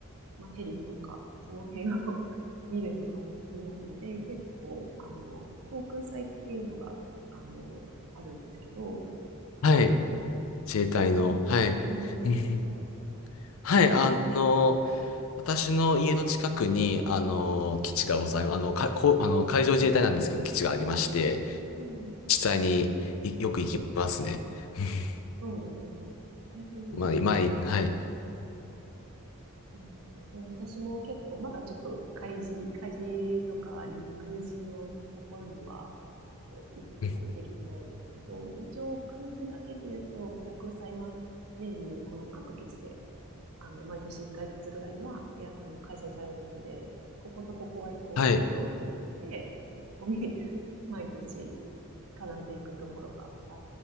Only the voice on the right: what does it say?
まあ、ヘリとか、その辺を <laughs> 見るのが好きなので、結構、あの、航空祭っていうのが、あの、あるんですけど、
あの、
ご存知ですか
うん。うん。
あ、そうなんですね。海事に、
うん、いや私も結構、まだちょっと海事、海事とか陸事のところには、あの、行ったりできてないんですけど、
一応空事だけで言うと、航空祭は年にこの各基地であの、毎年1ずつぐらいは、や、あの、開催されるので、こことここは行こうっていうのを決めてて、
そこに <laughs> 毎年必ず行くところがあっ